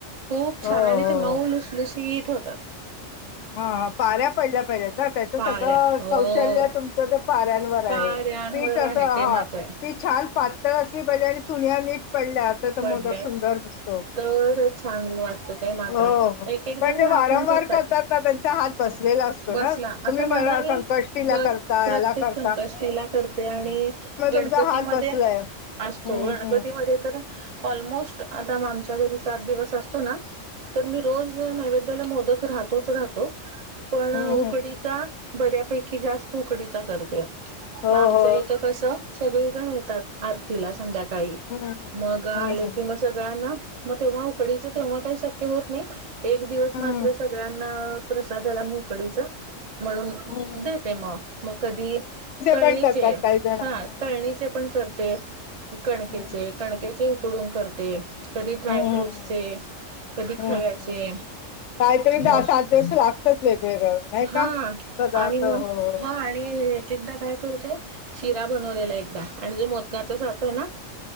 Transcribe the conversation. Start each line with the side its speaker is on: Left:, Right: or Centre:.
Right: खूप
Left: हो,
Right: छान आणि
Left: हो,
Right: ते मऊ
Left: हो.
Right: लुसलुशीत होतं.
Left: हां, पाऱ्या पडल्या पाहिजेत ना, त्याचं
Right: पाऱ्या
Left: सगळं
Right: हो
Left: कौशल्य तुमचंऽऽ पाऱ्यांवर
Right: पाऱ्यांवर
Left: आहे,, पीठ अस
Right: आहे
Left: हा,,
Right: ते मात्र आहे
Left: ती छान पातळ असली पाहिजे आणि सुन्या नीटऽऽ पडल्या तर तो
Right: पडल्यात
Left: मोदक सुंदर दिसतो,,,
Right: तर चांगलं वाटतं ते मात्र
Left: होऽ
Right: एक एक
Left: पण
Right: जण
Left: जे
Right: लागून
Left: वारंवार
Right: करतात
Left: करतातऽऽ त्यांचा हात बसलेला असतो
Right: बसला
Left: ना,, तुम्ही
Right: आता मला
Left: ब
Right: हे
Left: संकष्टीला
Right: बर
Left: करताय,,
Right: प्रत्येक
Left: ह्याला करताऽऽ
Right: संकष्टीला करते आणि गणपतीमध्ये
Left: तुमचा हात बसलाय.
Right: असतो
Left: हं,
Right: गणपतीमध्ये-
Left: हं.
Right: तर ऑलमोस्ट आता मां आमच्या घरी सात दिवस असतो नां तर मी रोज नैवेद्याला मोदक राहतोच राहतो. पण
Left: हं, हं.
Right: उकडीचा बऱ्यापैकी जास्त उकडीचा करते.
Left: हो,
Right: मं आमचं
Left: हो.
Right: इथं कसं सगळेजण येतात आरतीला संध्याकाळी.
Left: हं, हं.
Right: मग आले
Left: हं, हं.
Right: की मग सगळ्यांना, मग तेव्हा उकडीचे तेव्हा काही शक्य होत नाही. एक दिवस
Left: हं,
Right: मात्र सगळ्यांना प्रसाद झाला मग उकडीचा - म्हणून
Left: हं.
Right: देते मग मग कधी तळणीचे
Left: पण करतात काही जण.
Right: हां-
Left: हं, हं,
Right: तळणीचे
Left: हं.
Right: पण करते, कणकेचे
Left: हम्म
Right: कणकचे- उकडून करते, कधी ड्राय
Left: हम्म
Right: फ्रूटचे, कधी
Left: हम्म
Right: खव्याचे-
Left: काहीतरी दहा
Right: मग
Left: सात दिवस लागतच वेगवेगळं नाही
Right: हां
Left: का पदार्थ
Right: आणि मग
Left: हो
Right: हां आणि- एकदा काय करतेय, शिरा बनवलेला एकदा आणि जो मोदकाचा साच आहेना-